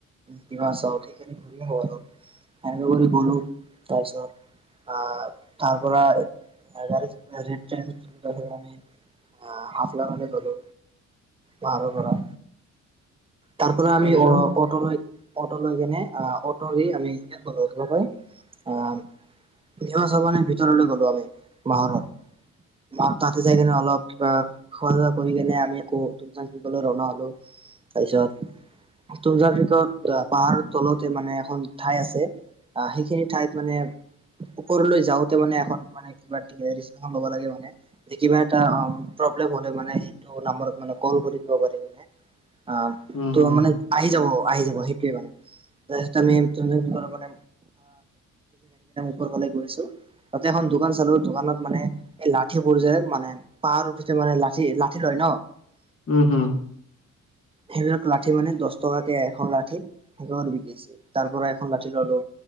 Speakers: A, on the right; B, on the left.
A: কিবা চাওক সেইখিনি ঘূৰি হব অল এনেকে কৰি বো তাৰপিছত আহ তাৰ পৰা গাড়ী আ অ হাফলংলে হলো, পাহাৰৰ পৰা। তাৰ পৰা
B: তাৰপিছত
A: আমি অট লৈ অটো লৈ কেনে আহ অটো দি আমি ইয়াত ব হয় আহ নিবচৱানিৰ ভিতৰলৈ গলো আমি মাহৰত আৰু তাতে যাই কেনে অলপ কিবা খোৱা ধোৱা কৰি কেনে আমি আকৌ তুম চাং গলে ৰনা হলো। তাৰপিছত তুমজাক কিকত পাহাৰ তলতে মানে এখন ঠাই আছে আহ সেইখিনি ঠাইত মানে ওপৰলৈ যাওঁতে মানে এ মানে কিব লব লাগে মানে যে কিবা এটা প্ৰব্লেম হ'লে মানে সেইটো নাম্বাৰত মানে কল কৰি দিব পাৰি মানে। অ
B: উম
A: ত
B: হম
A: মানে আহি যাব আহি যাব সেইটোৱে মানে তাৰপিছ আমি মানে পঢ়ানেৰালে গৈছো তাতেখন <unintelligible> দোকান চালো দোকানত মানে এই লাঠিবোৰ যে মানে পাহাৰ উঠোতে মানে লাঠি লাঠি লয় ন <unintelligible>
B: উম হম
A: সেইবিলাক লাঠি মানে দহ টকাকে এখন লাঠি স বিকিছে তাৰ পৰা এখন লাঠি ললো